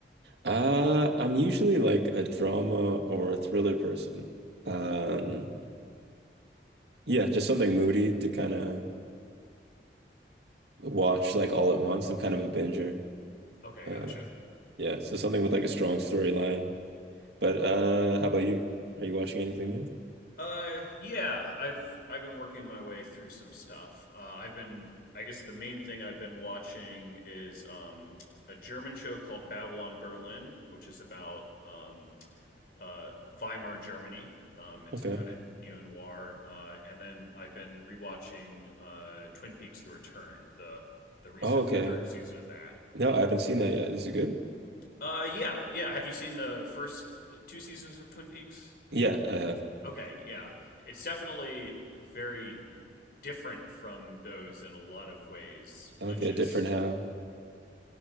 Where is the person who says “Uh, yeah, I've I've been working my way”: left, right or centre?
Left